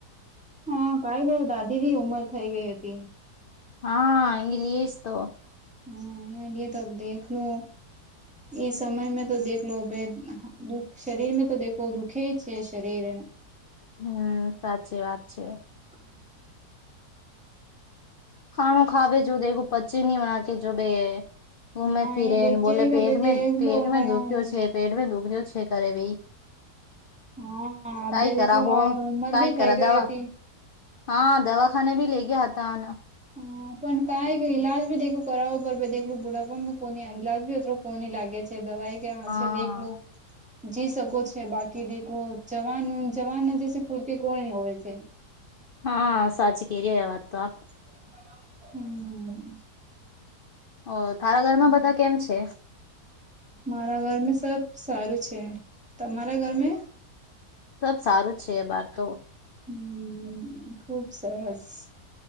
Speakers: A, in the centre; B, on the left.
A: હા કઈ બી, દાદી બી ઉમર થઈ ગઈ હતી.
B: હાં ઇંગ્લીસ તો
A: હમ્મ, ન્યે તો દેખ લો. ઈ સમય મે તો દેખલો બે હ દુખ શરીર મે તો દેખો, દુખે છે શરીર.
B: હમ્મ, સાચી વાત છે.
A: હમ્મ.
B: ખાણું ખાવે જો દેવું પચે નહી વણા કે જો બે.
A: હા
B: ઉમે ફિરે,
A: એ દેખે
B: ને બોલે પેટ
A: કે
B: મે
A: દેખલો
B: પેટ મે
A: હા
B: દુઃખયો છે પેટ મે દુઃખરો છે કરે ભઈ.
A: હા,
B: કઈ
A: બે
B: કરા
A: જેટલું
B: હો
A: <unintelligible> ઉમર
B: કઈ
A: બી થઇ
B: કરા
A: ગઈ
B: દવા
A: હતી.
B: હા દવાખાને ભી લઈ ગ્યા હતા આને.
A: હા પણ કાઈ બી ઈલાજ ભી દેખું કરાવ પર દેખલું બુઢાપા ને કોની ઈલાજી અ <unintelligible> કોની લાગે. છે, દવાઈ ક્યાં
B: હા
A: હશે દેખ લો. જી શકો છે બાકી દ જવાન જવાન ના જે ફૂર્તિ કોની હોય છે
B: હા સાચી કે ર વાત તો આપ
A: હમ
B: ઓ થાર ઘરમાં બધા કેમ છે
A: મારા ઘર મે સબ સારું છે તમારા ઘર મે
B: સબ સારું જ છે બહાર તો
A: હમ ખુબ સરસ